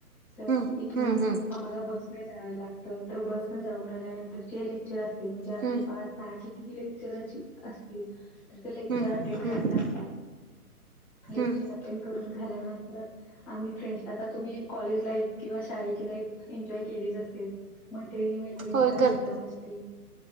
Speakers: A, in the centre; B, on the right.
A: तर
B: हम्म
A: इथून
B: हम्म
A: आमी
B: हम्म
A: आमाला बस न जावे लागतं तर बस ने जाऊन आल्यानं तर जे लेक्चर असतील म्हणजे आमचे
B: हम्म
A: पाच सहा कितीही लेक्चर अची असतील तर ते लेक्चर
B: हम्म
A: अटेंड
B: हम्म
A: राय लागतात, लेक्चर
B: हम्म
A: अटेंड करून झाल्यानंतर आमी फ्रेंड्स आता तुमी कॉलेज लाईफ किंवा शाळेची लाईफ एन्जॉय केलीच असेल. मैत्रिणी मैत्रिणिंच्यात
B: होय करते
A: मजा मस्ती